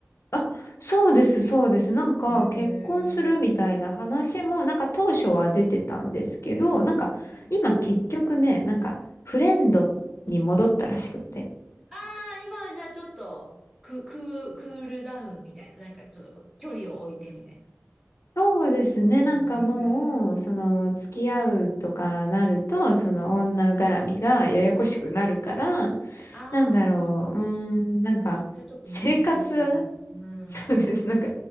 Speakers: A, on the left; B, in the centre.
A: あ、そうです、そうです。なんか、
B: へえ
A: 結婚するみたいな話も、なんか当初は出てたんですけど、
B: ええ。
A: なんか、
B: ね
A: 今結局ね、なんか、フレンドに戻ったらしくて。
B: ああ、今はじゃあちょっと、ク、クー、クールダウンみたいな。なんかちょっとこう、距離を置いてみたいな。
A: そうですね。
B: ええ
A: なんかもう、その、付き合うとかなると、その女絡みがややこしくなるから、
B: ああ、
A: なんだろう、うーん、なんか、
B: それはちょっと身を引いてみる。
A: 生活、
B: うん。
A: <laughs> そうです。なんか、